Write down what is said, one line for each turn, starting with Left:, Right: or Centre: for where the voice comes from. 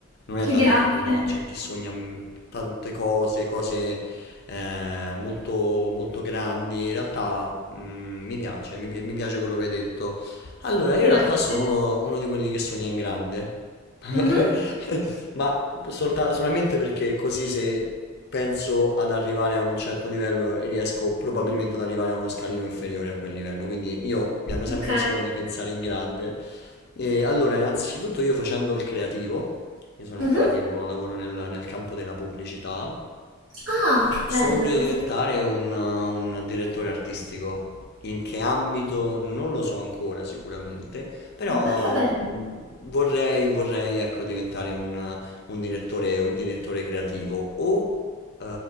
Left: Non è
Right: Grazie,
Left: da tutti, no? C'è chi sogna mm, tante cose, cose eh, molto, molto grandi. In realtà mm, mi piace, mi, pi- mi piace quello che hai detto. Allora,
Right: grazie.
Left: io in realtà sono uno, uno di quelli che sogna in grande. <laughs>
Right: Mhm,
Left: Ma solta- solamente perché così se penso ad arrivare a un certo livello riesco probabilmente ad arrivare a uno scalino inferiore a quel livello. Quindi io mi hanno sempre
Right: ok.
Left: insegnato di pensare in grande. E allora, innanzitutto io facendo il creativo, io sono
Right: Mhm.
Left: un creativo, lavoro nel, nel campo della pubblicità,
Right: Ah, che
Left: sogno
Right: bello,
Left: di diventare un, un direttore artistico. In che ambito non lo so ancora sicuramente, però
Right: ma che bello.
Left: mh, vorrei, vorrei ecco, diventare un, un direttore, un direttore creativo o eh,